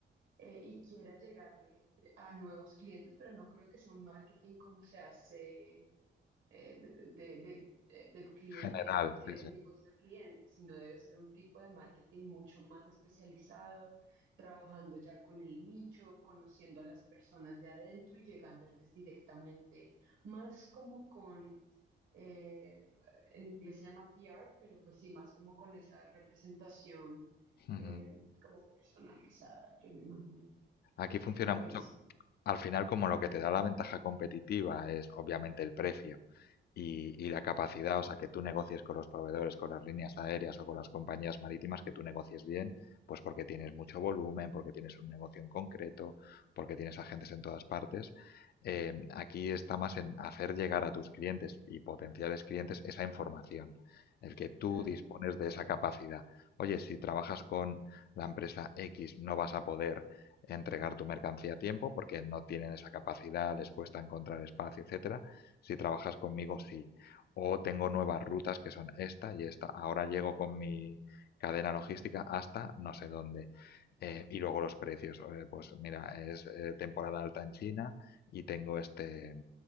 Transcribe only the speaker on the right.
eh, y quiera llegarle a nuevos clientes, pero no creo que sea un marketing como se hace eh, de, de, de, de- de cliente,
de,
de negocio a cliente, sino debe ser un tipo de marketing mucho más especializado, trabajando ya con el nicho, conociendo a las personas de adentro y llegándoles directamente, más como con... eh, en inglés se llama PR, pero pues sí, más como con esa representación
eh, como personalizada, yo me imagino
que por
ahí sí,
claro.